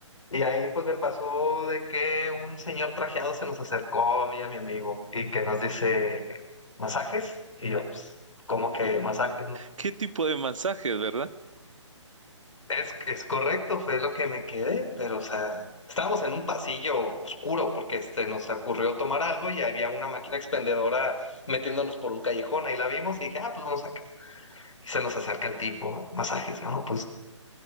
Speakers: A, on the left (about 80°); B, on the right (about 80°).
A: Y ahí pues me pasó de que un señor trajeado se nos acercó a mí y a mi amigo y que nos dice masajes. Y yo, pues, ¿cómo que masajes?
B: ¿Qué tipo de mensajes, verdad?
A: Es, es correcto, fue lo que me quedé, pero o sea, estábamos en un pasillo oscuro porque este, nos ocurrió tomar algo y había una máquina expendedora metiéndonos por un callejón, ahí la vimos y dije, ah, pues vamos acá. Y se nos acerca el tipo, masajes, no, pues